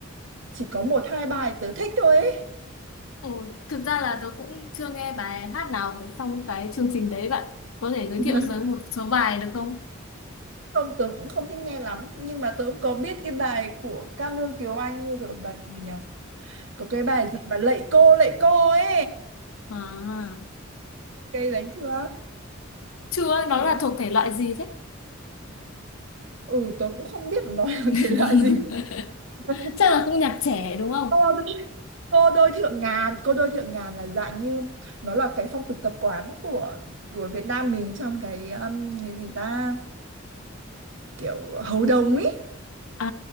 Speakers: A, on the right; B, on the left.
A: chỉ có một hai bài tớ thích thôi ấy.
B: ừ, thực ra là tôi cũng chưa nghe bài hát nào của trong cái chương trình đấy bạn có thể giới
A: <laughs>
B: thiệu giới một số bài được không
A: không tớ cũng không thích nghe lắm nhưng mà tớ cũng có biết cái bài của Ca Nương Kiều Anh như cái bài gì nhỉ có cái bài gì mà lạy cô lạy cô ấy
B: à
A: cái đấy chưa
B: chưa nó
A: cái
B: là
A: bài...
B: thuộc thể loại gì thế
A: ừ tớ cũng không biết là nó là
B: <laughs>
A: thể loại gì <laughs>
B: chắc là cũng nhạc trẻ đúng không
A: À, cô đôi thượng ngàn cô đôi thượng ngàn là dạng như nó là cái phong tục tập quán của của Việt Nam mình trong cái um, cái gì ta kiểu hầu đồng ý
B: à